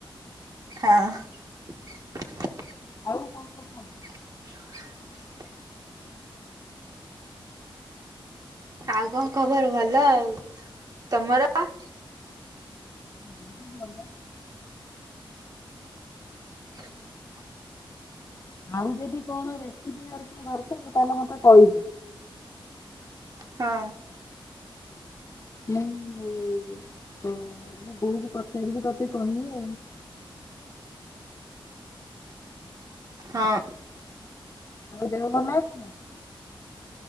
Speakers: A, on the right; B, on the left.
A: ହଁ। <inaudible>
B: ଆଉ କଣ ଖବ
A: <inaudible> ଆଉ କଣ ଖବର ଭଲ ଆଉ। ତମର?
B: ହୁଁ ଭଲ।
A: <inaudible>
B: ଆଉ ଯଦି କଣରେ କି ଦରକାର ତୁ ତାହେଲେ ମତେ କହିଵୁ।
A: ହଁ
B: <unintelligible> <unintelligible>
A: ହଁ।
B: ଆଉ ଦେହ ଭଲ ଅଛି ନା?